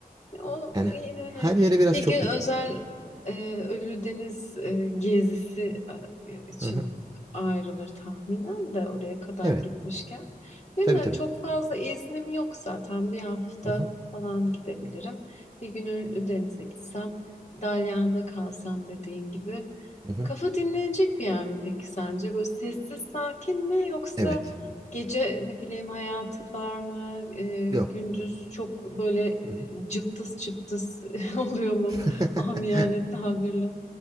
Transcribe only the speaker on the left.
O
yine hani
bir
gün özel
e, Ölüdeniz e, gezisi e, için
ayrılır tahminen de oraya kadar
gitmişken. Benim
hani
çok fazla iznim yok zaten. Bir hafta
falan gidebilirim. Bir gün Ölüdeniz'e gitsem, Dalyan'da kalsam dediğin gibi.
Kafa dinlenecek bir yer mi peki sence? Böyle sessiz sakin mi yoksa
gece ne bileyim hayatı var mı? Ee,
gündüz çok böyle e,
cıptız cıptız <laughs> oluyor mu?
Amiyane tabirle.